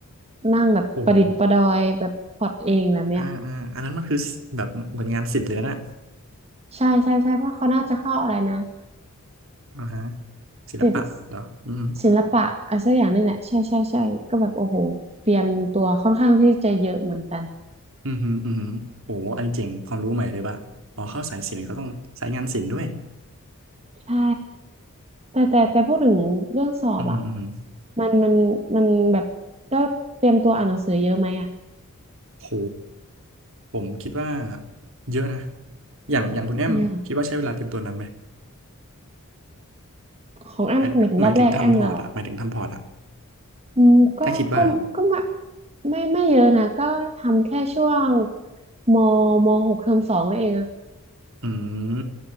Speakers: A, on the right; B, on the right.
A: นั่งแบบประดิษฐ์ประดอยแบบพอร์ตเองแบบเนี้ย
B: โอ้โหอ่าอ่าอันนั้นมันคือแบบเหมือนงานศิลป์เลยนะ
A: ใช่ใช่ใช่เพราะเขาน่าจะเข้าอะไรนะ
B: อ่าฮะศิลปะเหรออืม
A: ศิลป์ศิลปะอะไรสักอย่างนี่แหละใช่ใช่ใช่ก็แบบโอ้โหเตรียมตัวค่อนข้างที่จะเยอะเหมือนกัน
B: อือหืออือหือโอ้โหอันนี้เจ๋งความรู้ใหม่เลยว่ะอ๋อเข้าสายศิลป์ก็ต้องสายงานศิลป์ด้วย
A: ใช่แต่แต่แต่พูดถึงเรื่องสอบอะ
B: อือหืออือหือ
A: มันมันมันแบบก็เตรียมตัวอ่านหนังสือเยอะไหมอะ
B: โหผมคิดว่าเยอะนะ อย่างอย่างคุณแอมคิดว่าใช้เวลาเตรียมตัวนั้นไหม
A: เนี่ยของแอมหมายถึงรอบแรกแอมนะเหรอ
B: หมายหมายถึงทำพอร์ตอะหมายถึงทำพอร์ตอะ
A: อืมก็ก็ก็ไม่
B: ถ้าคิดว่า
A: ไม่ไม่เยอะนะก็ทำแค่ช่วงมมหกเทอมสองนั่นเองอะ
B: อืม